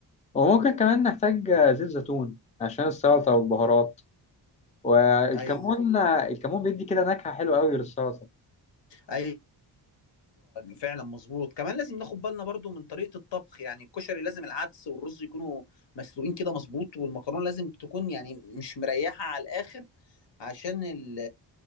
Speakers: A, on the left (about 15°); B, on the left (about 70°).
A: وممكن كمان نحتاج زيت زيتون عشان السلطة والبهارات والكمون
B: أيوه
A: الكمون بيدي كده نكهة حلوة قوي للسلطة
B: ايوه فعلا مظبوط كمان لازم ناخد بالنا برضو من طريقه الطبخ يعني الكشري لازم العدس والرز يكونوا مسلوقين كده مظبوط والمكرونه لازم تكون يعني مش مريحه على الاخر عشان ال